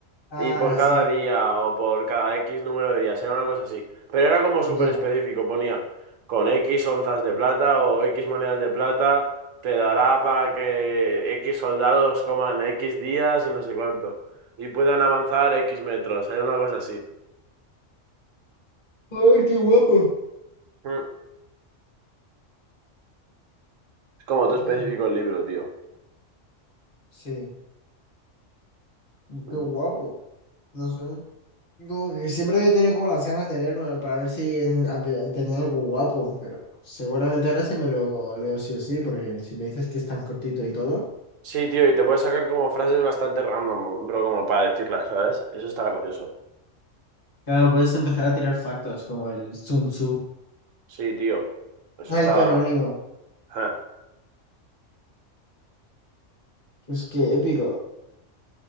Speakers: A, on the left; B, on the right.
A: Ah,
B: Y por cada
A: sí,
B: día o por cada X número de días, era una cosa así. Pero era como súper
A: ya.
B: específico, ponía con X onzas de plata o X monedas de plata te dará para que X soldados coman X días y no sé cuánto. Y puedan avanzar X metros, era una cosa así.
A: A ver, qué guapo.
B: Mm, Es como todo
A: Ay,
B: específico el libro, tío.
A: sí,
B: Mm,
A: qué guapo. No sé. Como que siempre había tenido como las ganas de leérmelo para ver si en- a tenía algo guapo, pero seguramente ahora sí me lo leo sí o sí, porque si me dices que es tan cortito y todo.
B: Sí, tío, y te puedes sacar como frases bastante random, bro, como para decirlas, ¿sabes? Eso está gracioso.
A: Claro, puedes empezar a tirar factos como el Sun Tzu.
B: Sí, tío. Eso
A: Ay,
B: está.
A: tu anónimo.
B: Ah,
A: Pues qué épico.